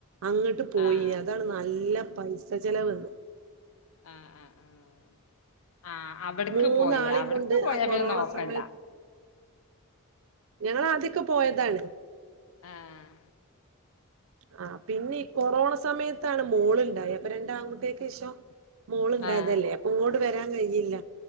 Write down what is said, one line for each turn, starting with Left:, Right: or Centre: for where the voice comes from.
Right: അങ്ങോട്ട് പോയി
Left: ആഹ്
Right: അ നല്ല പൈസ ചെലവ്ന്ന്
Left: ആഹ് ആഹ് ആഹ് ആഹ് അവിട്ക്ക്
Right: മൂന്നാളെയും
Left: പോയി അവിട്ക്ക്
Right: കൊണ്ട്
Left: പോയാ
Right: ആ കൊറോണ
Left: പിന്നെ നോക്കണ്ട
Right: സമയത്ത് ഞങ്ങള ആദ്യൊക്കെ പോയതാണ്
Left: ആഹ്
Right: ആ പിന്നെ ഈ കൊറോണ സമയത്താണ് മോള്ണ്ടായി അപ്പൊ രണ്ട ആൺകുട്ടിയൊക്കെ ശേഷം മോൾണ്ടായതല്ലേ
Left: ആഹ്
Right: അപ്പൊ ഇങ്ങോട്ട് വരാൻ കഴിയില്ല